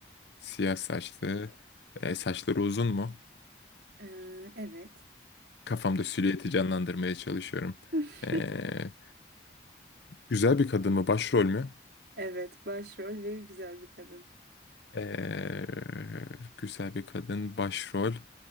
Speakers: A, on the left (about 70°); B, on the right (about 65°).
A: Siyah saçlı. Ee, saçları uzun mu?
B: Ee, evet.
A: Kafamda silüeti canlandırmaya çalışıyorum.
B: <laughs>
A: Ee, güzel bir kadın mı? Başrol mü?
B: Evet başrol ve güzel bir kadın.
A: Ee, güzel bir kadın başrol